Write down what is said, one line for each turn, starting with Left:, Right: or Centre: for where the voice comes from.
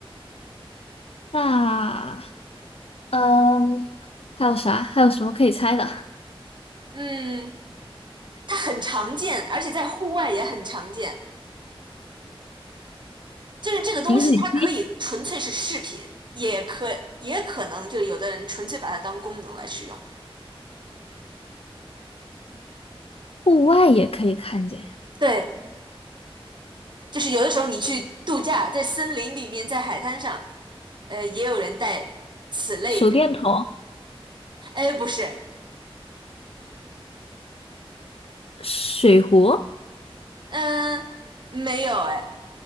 Left: 那嗯，还有啥？还有什么可以猜的？
Right: 嗯，它很常见，而且在户外也很常见，就是这个东西它可以纯粹是饰品，
Left: 饮水机，
Right: 也可也可能就是有的人纯粹把它当功能来使用。
Left: 户外也可以看见，
Right: 对，就是有的时候你去度假，在森林里面，在海滩上，呃，也有人带此类产品。
Left: 手电筒，
Right: 哎，不是，
Left: 水壶，
Right: 嗯，没有，哎，